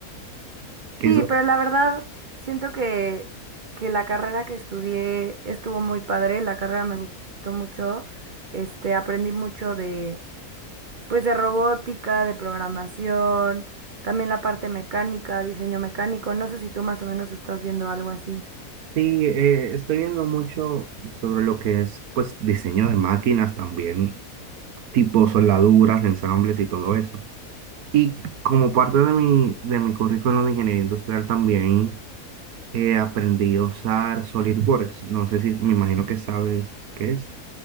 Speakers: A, on the right (about 75°); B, on the right (about 55°).
A: Que
B: Sí,
A: eso
B: pero la verdad siento que, que la carrera que estudié estuvo muy padre, la carrera me gustó mucho, este, aprendí mucho de pues de robótica, de programación, también la parte mecánica, diseño mecánico. No sé si tú más o menos estás viendo algo así.
A: Sí, eh, estoy viendo mucho sobre lo que es, pues, diseño de máquinas también, tipo soldaduras, ensambles y todo eso. Y como parte de mi, de mi currículum de ingeniería industrial también eh, aprendí a usar SolidWorks. No sé si, me imagino que sabes qué es.